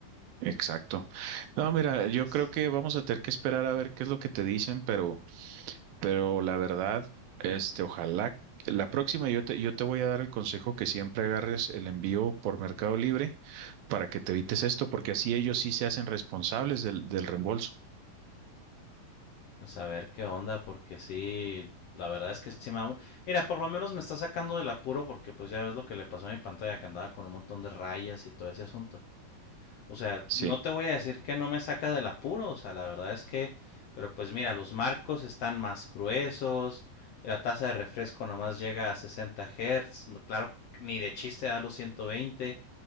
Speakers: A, on the right; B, on the left.
A: Exacto. No, mira, yo
B: Entonces,
A: creo que vamos a tener que esperar a ver qué es lo que te dicen, pero, pero la verdad, este, ojalá que la próxima yo te, yo te voy a dar el consejo que siempre agarres el envío por Mercado Libre para que te evites esto, porque así ellos sí se hacen responsables del, del reembolso.
B: pues a ver qué onda, porque sí, la verdad es que sí me... ha- Mira, por lo menos me está sacando del apuro porque pues ya ves lo que le pasó a mi pantalla, que andaba con un montón de rayas y todo ese asunto. O sea,
A: Sí.
B: no te voy a decir que no me saca del apuro, o sea, la verdad es que, pero pues mira, los marcos están más gruesos, la tasa de refresco nomás llega a 60 Hz, no- claro, ni de chiste da los 120,